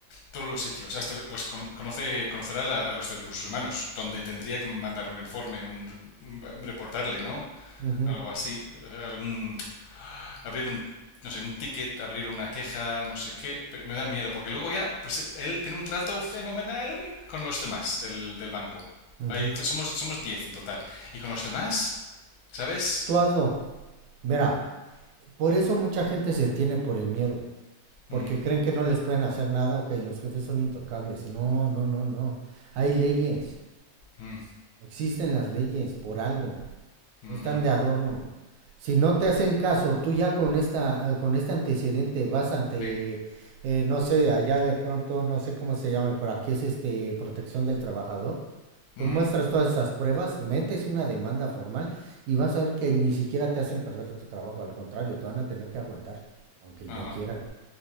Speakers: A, on the left (about 80°); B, on the right (about 80°).
A: todos los sitios. Hasta, pues con- conoce, conocerá a la- a los de recursos humanos, donde tendría que mandar un informe, un, un- reportarle, ¿no?
B: ujú,
A: Algo así, algún abrir un, no sé, un ticket, abrir una queja, no sé qué, me da miedo, porque luego ya, pues él tiene un trato fenomenal con los demás del, del banco.
B: ujú.
A: Ahí, entonces somos, somos 10 en total. Y con los demás, ¿sabes?
B: Tú hazlo. Mira, por eso mucha gente se detiene por el miedo, porque
A: Ujú,
B: creen que no les pueden hacer nada o que los jefes son intocables. Y no, no, no, no. Hay leyes,
A: ujú,
B: existen las leyes por algo.
A: ujú,
B: no están de adorno. Si no te hacen caso, tú ya con esta, eh, con este antecedente vas ante,
A: sí,
B: eh, no sé, allá de pronto, no sé cómo se llame, por aquí es este protección del trabajador. Tú
A: ujú,
B: muestras todas esas pruebas, metes una demanda formal y vas a ver que ni siquiera te hacen perder tu trabajo, al contrario, te van a tener que aguantar, aunque
A: ajá,
B: no quieran.